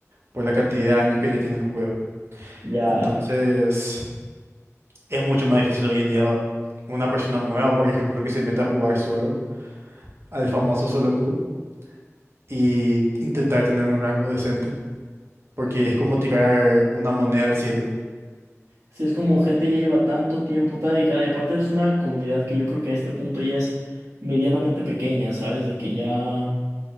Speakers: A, on the right (about 55°); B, on the right (about 70°).
A: por la cantidad de años que ya tiene el juego.
B: Ya,
A: Entonces, es mucho más difícil hoy en día una persona nueva, por ejemplo, que se meta a jugar solo al famoso solo queue y intentar tener un rango decente, porque es como tirar una moneda al cielo.
B: si es como gente ya lleva tanto tiempo tan dedicada, y aparte es una comunidad que yo creo que a este punto ya es medianamente pequeña, ¿sabes? De que ya,